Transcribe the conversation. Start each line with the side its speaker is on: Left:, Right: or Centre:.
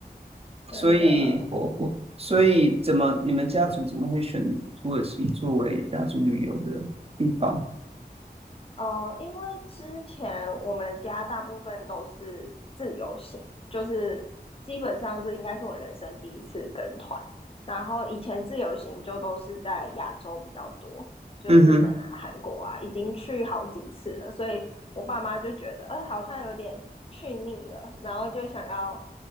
Left: 真的。
Right: 所以我所以怎么你们家族怎么会选土耳其作为家族旅游的？地方。
Left: 呃，因为之前我们家大部分都是自由行，就是基本上这应该是我人生第一次跟团。然后以前自由行就都是在亚洲比较多，就日本啊、
Right: 嗯哼，
Left: 韩国啊，已经去好几次了，所以我爸妈就觉得，呃，好像有点去腻了，然后就想要